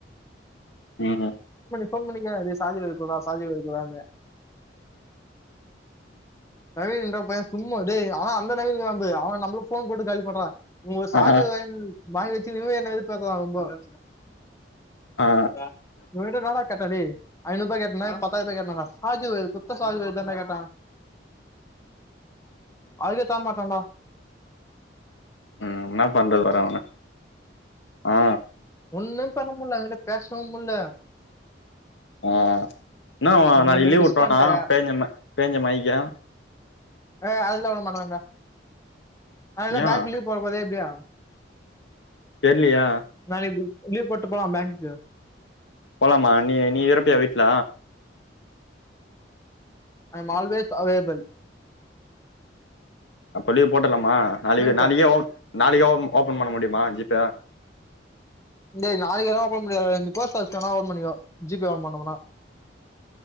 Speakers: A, on the left; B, on the left.
A: ம்
B: ஃபோன் பண்ணி கேளு டே சாவிய குர்றா சாவிய குர்றானு நவீன் என்ற பைய சும்மா டே அவா அந்த நவீனாம்பு அவன் நம்புளுக் ஃபோன் போட்டு காலி பண்றா நீ உ ஷார்ஜர்
A: ஆ
B: வாங்கிட் வாங்கி வச்சு இன்னு என்ன வெறுப்பேத்தறா ரொம்ப ஒரே
A: ஆ
B: நிம்ஷ இருடா த இவ கிட்ட ரோலாய் கேட்டா டேய் ஐநூபா கேட்டனா பத்தாயிருபா கேட்டனாடா சார்ஜ குத்த சார்ஜரதான்டா கேட்ட அதுக்கே தர மாட்றான் டா
A: ம் என்னா பண்றது பாரு அவன ஆ
B: ஒண்ணுமே பண்ண முடில அவங்கிட்ட பேசவு முடில
A: அ என்ன நாளைக்கு
B: நீ நீ
A: லீவ்
B: மிஸ்
A: விட்ருவானா
B: பண்ணிட்ட
A: பேஞ்சம் பேஞ்ச மழைக்கு
B: அ அதல்லா உட மாட்டாங்கடா அதல்லா
A: ஏன்
B: பேங்க் லீவ் போட போதே எப்டியு
A: தெர்லியா
B: நாளைக்கு லீவ் போட்டு போலா பேங்க்கு
A: போலாமா நீ நீ இரப்பியா வீட்ல
B: ஐம் ஆல்வேஸ் அவைலபில்
A: அப்ப லீவ் போட்ரலாமா நாளை
B: இருப்பேன்
A: நாளைக் நாளைக்கே ஒ ஓபன் பண்ண முடியுமா ஜி பே
B: டே நாளைக்லா ஓபன் பண்ண முடியாது நீ போஸ்ட் ஆபீஸ் லா வேனா ஓபன் பண்ணிக்கோ ஜி பே ஓபன் பண்ணனுனா